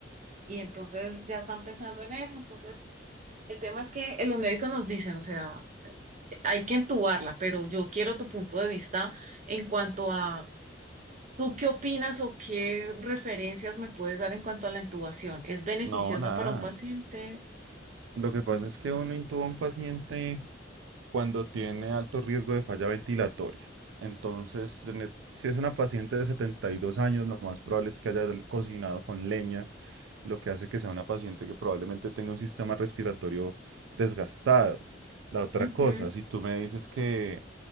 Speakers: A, on the right; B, on the right.
A: y entonces ya están pensando en eso. Entonces, el tema es que eh, los médicos nos dicen, o sea, hay que entubarla, pero yo quiero tu punto de vista en cuanto a, ¿tú qué opinas o qué referencias me puedes dar en cuanto a la intubación? ¿Es beneficiosa
B: No, nada.
A: para un paciente?
B: Lo que pasa es que uno intuba a un paciente cuando tiene alto riesgo de falla ventilatoria. Entonces, tiene- si es una paciente de 72 años, lo más probable es que haya del- cocinado con leña, lo que hace que sea una paciente que probablemente tenga un sistema respiratorio desgastado. La otra
A: Ujú.
B: cosa, si tú me dices que